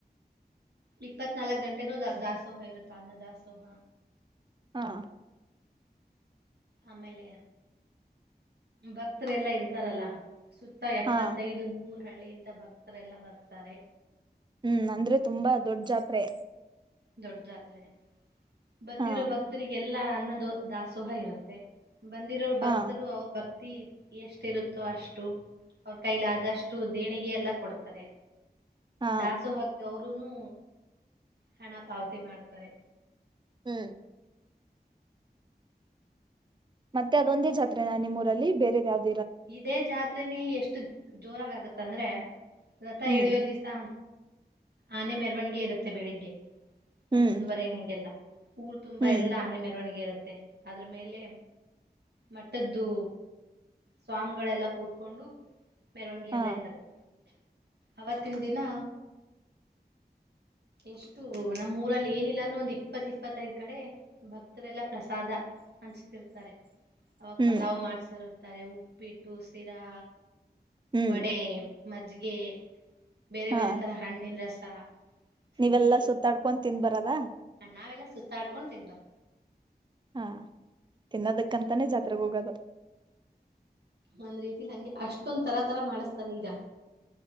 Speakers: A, on the right; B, on the right.
A: ಇಪ್ಪತ್ ನಾಲಕ್ ಗಂಟೆನೂ ದಾಸ್ ದಾಸೋಹ ಇರುತ್ ಅನ್ನ ದಾಸೋಹ
B: ಹಾ
A: ಆಮೇಲೆ ಭಕ್ತ್ರೆಲ್ಲ ಇರ್ತಾರಲ್ಲ ಸುತ್ತ ಎಪ್ಪತ್ತೈದು
B: ಹಾ
A: ಮೂರು ಹಳ್ಳಿಯಿಂದ ಭಕ್ತರೆಲ್ಲ ಬರ್ತರೆ
B: ಹ್ಮ್ ಅಂದ್ರೆ ತುಂಬ ದೊಡ್ ಜಾತ್ರೆ
A: ದೊಡ್ ಜಾತ್ರೆ ಬಂದಿರೋ
B: ಹಾ
A: ಭಕ್ತರಿಗೆಲ್ ಎಲ್ಲಾ ಅನ್ನದೋ ದಾಸೋಹ ಇರತ್ತೆ ಬಂದಿರೋರು
B: ಹಾ
A: ಭಕ್ತರು ಅವ್ರ್ ಭಕ್ ತೀ ಎಷ್ಟಿರುತ್ತೋ ಅಷ್ಟು ಅವ್ರ್ ಕೈಲ್ ಆದಷ್ಟು ದೇಣಿಗೆ ಎಲ್ಲ ಕೊಡ್ತರೆ
B: ಹಾ
A: ದಾಸೋ <unintelligible> ಗುನೂ ಹಣ ಪಾವತಿ ಮಾಡ್ತರೆ
B: ಹ್ಮ್ ಮತ್ತೆ ಅದೊಂದೆ ಜಾತ್ರೆ ನಾ ನಿಮ್ಮೂರಲ್ಲಿ ಬೇರೆದ ಯಾವ್ದ್
A: ಇದೇ ಜಾತ್ ತ್ರೆನೇ ಎಷ್ಟು ಜೋರಾಗ್ ಆಗತ್ ಅಂದ್ರೆ ರಥ
B: ಹ್ಮ್
A: ಎಳಿಯೋ ದಿವ್ಸಾ ಆನೆ ಮೆರವಣಿಗೆ ಇರುತ್ತೆ ಬೆಳಿಗ್ಗೆ ಹನ್ನೊಂದುವರೆಗೆ
B: ಹ್ಮ್
A: ಹಂಗೆಲ್ಲ ಊರ್ ತುಂಬ
B: ಹ್ಮ್
A: ಎಲ್ಲ ಆನೆ ಮೆರವಣಿಗೆ ಇರುತ್ತೆ ಅದ್ರು ಮೇಲೆ ಮಠದ್ದು ಸ್ವಾಮ್ಗಳೆಲ್ಲ ಕೂತ್ಕೊಂಡು ಮೆರವಣಿಗೆ
B: ಹಾ
A: ಎಲ್ಲ ಇರತ್ತೆ ಅವತ್ತಿನ್ ದಿನಾ ಎಷ್ಟು ನಮ್ ಊರಲ್ಲಿ ಏನಿಲ್ಲಾನೂ ಒಂದು ಇಪ್ಪತ್ ಇಪ್ಪತೈದ್ ಕಡೆ ಭಕ್ತರೆಲ್ಲ ಪ್ರಸಾದ ಹಂಚ್ತಿರ್ತರೆ ಅವಾಗ್
B: ಹ್ಮ್
A: ಪಲಾವ್ ಮಾಡ್ಸರ್ ತರೆ ಉಪ್ಪಿಟ್ ಟ್ಟು ಸಿರಾ
B: ಹ್ಮ್
A: ವಡೆ ಮಜ್ಗೆ ಬೇರೆ
B: ಹಾ
A: ಬೇರೆ ತರ ಹಣ್ಣಿನ್ ರಸ ಸಿಹಿ
B: ನೀವೆಲ್ಲಾ ಸುತ್ತಾಡ್ಕೊ ತಿನ್ ಬರದಾ
A: ನಾವೆಲ್ಲಾ ಸುತ್ತಾಡ್ಕೊಂಡ ತಿನ್ಬಾರ
B: ಹಾ ತಿನ್ನೋದಕ್ಕಂತಾನೇ ಜಾತ್ರೆಗೆ ಹೋಗೋದು
A: ಒಂದ್ ರೀತಿಲಿ ಹಂಗೆ ಅಷ್ಟೊಂದ ತರಾ ತರ ಮಾಡಿಸತಾರೆ ಈಗ